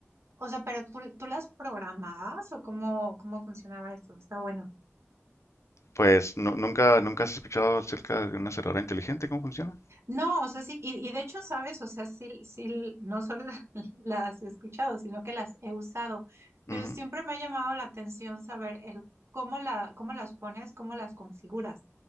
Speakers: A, on the right; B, on the left.
A: O sea, pero tú, tú las programabas o cómo, cómo funcionaba esto? Está bueno.
B: pues nu- nunca, nunca has escuchado acerca de una cerradura inteligente, ¿cómo funciona?
A: No, o sea, sí, y, y de hecho, sabes, o sea, sí, sí, no solo la- <laughs> las he escuchado, sino que las he usado, pero
B: Ujú.
A: siempre me ha llamado la atención saber el cómo la, cómo las pones, cómo las configuras.